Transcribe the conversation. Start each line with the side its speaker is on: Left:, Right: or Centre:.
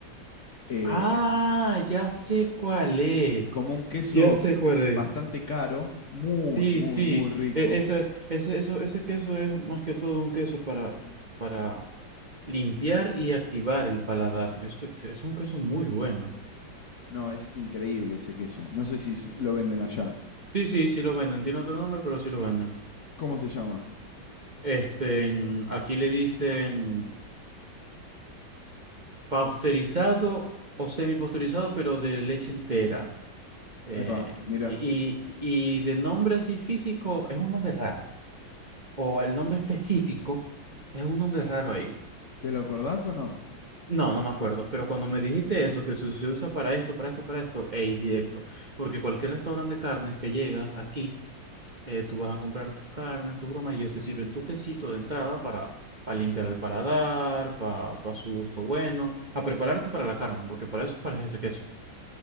Left: Eh,
Right: Ah,
Left: eh,
Right: ya sé cuál es.
Left: como un queso
Right: Ya sé cuál es.
Left: bastante caro, muy,
Right: Sí,
Left: muy,
Right: sí,
Left: muy rico.
Right: e- eso, es- ese, eso, ese queso es más que todo un queso para, para limpiar y activar el paladar. Eso es, es un queso muy bueno.
Left: No, es increíble ese queso. No sé si se- lo venden allá.
Right: Sí, sí, sí lo venden. Tiene otro nombre, pero sí lo venden.
Left: ¿Cómo se llama?
Right: Este, en- aquí le dicen pasteurizado o semipasteurizado, pero de leche entera. Eh,
Left: Ahí va, mira.
Right: y, y de nombre así físico es un nombre raro. O el nombre específico es un nombre raro ahí.
Left: ¿Te lo acordás o no?
Right: No, no me acuerdo, pero cuando me dijiste eso, que se se usa para esto, para esto, para esto, ey, directo. Porque cualquier restaurante de carnes que llegas aquí, eh, tú vas a comprar tus carnes, tus bromas, y ellos te sirven tu quesito de entrada para, para limpiar el paladar, para, su gusto bueno, a prepararte para la carne, porque para eso parece ese queso.